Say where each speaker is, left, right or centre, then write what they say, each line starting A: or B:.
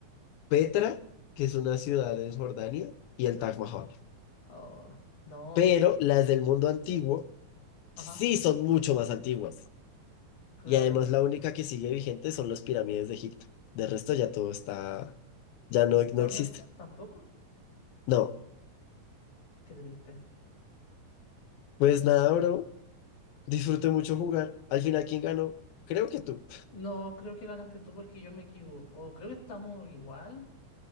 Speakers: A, on the left; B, on the left.
A: Petra, que es una ciudad en Jordania, y el Taj Mahal.
B: Oh, no.
A: Pero las del mundo antiguo
B: Ajá.
A: sí son mucho más antiguas.
B: Claro.
A: Y además la única que sigue vigente son las pirámides de Egipto. De resto ya todo está, ya
B: ¿Y
A: no,
B: Stonehenge
A: no existe.
B: tampoco?
A: No,
B: Qué triste.
A: pues
B: De pensar.
A: nada, bro. Disfruté mucho jugar. Al final, ¿quién ganó? Creo que tú.
B: No, creo que ganaste tú porque yo me equivoco. O creo que estamos igual.